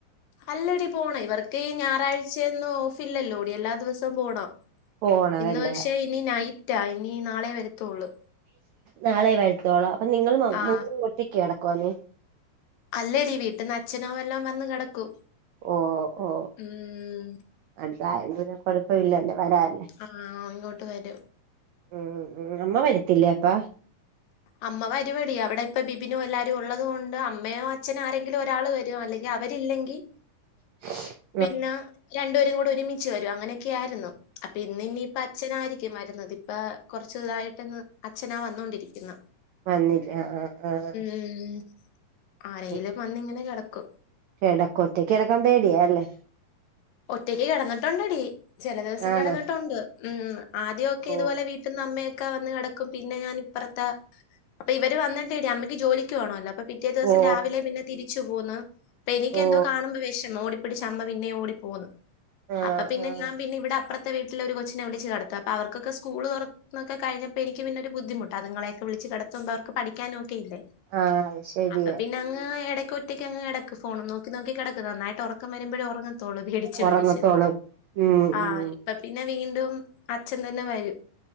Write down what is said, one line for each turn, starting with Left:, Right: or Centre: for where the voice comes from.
Left: അല്ലടി പോണേ ഇവർക്ക് ഈ ഞായറാഴ് ച്ച ഒന്നും ഓഫ് ഇല്ലല്ലോടി എല്ലാ ദിവസം പോണം
Right: പോണമല്ലേ
Left: ഇന്ന് പക്ഷെ നൈറ്റാ ഇനി നാളെ വരത്തോള്ളൂ
Right: നാളെ വരുത്തോളൊ അപ്പൊ നിങ്ങളു മൗ
Left: ആഹ്
Right: മൂന്നരും ഒറ്റക്ക് കിടക്കുവോ നീ
Left: അല്ലടി വീട്ടിന്ന് അച്ഛനോ വലോം വന്ന് കിടക്കും
Right: ഓ ഓ
Left: ഉം
Right: അടുത്തായത് കൊണ്ട് പിന്നെ കൊഴപ്പമില്ലല്ലേ ന്നെ വരാൻ
Left: ആഹ് ഇങ്ങോട്ട് വരും
Right: മ്‌ മ് അമ്മ വരത്തില്ലേ അപ്പാ
Left: അമ്മ വരൂയെടി അവിടെ ഇപ്പ വിബിനും എല്ലാരും ഉള്ളത് കൊണ്ട് അമ്മയോ അച്ച്ചനോ ആരെങ്കിലും ഒരാൾ വരും അല്ലേ ഇനി അവരില്ലെങ്കി
Right: <inaudible>
Left: പിന്നെ രണ്ടുപേരും കൂടെ ഒരുമിച്ച് വരും അങ്ങനെയൊക്കെ ആയിരുന്നു അപ്പൊ ഇന്ന് ഇനിയിപ്പ അച്ഛനായി വരുന്നത് ഇപ്പൊ കൊറച്ചുയിതായിട്ട്ന്ന് അച്ഛനാ വന്നോണ്ടിരിക്കുന്ന
Right: വന്നില്ല ആ ആ ആ ആഹ്
Left: ഉം ആരെങ്കിലും
Right: ആഹ്
Left: വന്നിങ്ങനെ കിടക്കും
Right: കിടക്കും ഒറ്റക്ക് കിടക്കാൻ പേടിയാ അല്ലെ
Left: ഒറ്റയ്ക്ക് കിടന്നിട്ടുണ്ടടി ചില ദിവസം
Right: ആണോ
Left: കിടന്നിട്ടുണ്ട് ഉം ആദ്യ ഒക്കെ
Right: ഓ
Left: ഇതുപോലെ വീട്ട് ന്ന് അമ്മയൊക്കെ വന്ന് കിടക്കും പിന്നെ ഞാൻ ഇപ്പറത്ത് അപ്പ ഇവര് വന്നിട്ട് അമ്മയ്ക്ക് ജോലിക്ക് പോണല്ലോ പിറ്റേ ദിവസം
Right: ഓ
Left: രാവിലെ പിന്നെ തിരിച്ച് പോന്ന് അപ്പൊ എനിക്കെന്തോ
Right: ഓ
Left: കാണുമ്പൊ വെഷമം ഓടിപ്പിടിച്ചമ്മ പിന്നെ ഓടി പോന്ന്
Right: ആഹ്
Left: അപ്പ പിന്നെ
Right: ആഹ്
Left: ഞാപ്പിന്നെ ഇവിടെ അപ്പ്ര ത്തെ വീട്ടിലെ ഒരു കൊച്ചിനെ വിളിച്ച് കെടത്ത അപ്പ അവർകെക്ക സ്കൂള്തൊറക്ക- ന്നൊക്കെ കഴിഞ്ഞപ്പ എനിക്ക് പിന്നൊരു ബുദ്ധിമുട്ട് അത്ങ്ങളൊക്കെ വിളച്ച്കെടത്തുമ്പോ അവർക്ക് പഠിക്കാനുവൊ ക്കില്ലെ
Right: ആഹ് അത് ശരിയാ
Left: അപ്പ പിന്നെ ഞാങ്ങ് എടക്ക് ഒറ്റക്കങ്ങ് കെടക്ക് ഫോണും നോക്കി നോക്കി നന്നായിട്ട് ഒറക്കം വരുമ്പഴെ ഒറ തൊള്ളു പിടിച്ച്
Right: ഉറങ്ങത്തോളും
Left: പേടിച്ച്
Right: ഉം
Left: ആഹ്
Right: ഉം
Left: ഇപ്പ പിന്നെ വീണ്ടും അച്ഛൻ തന്നെ വരും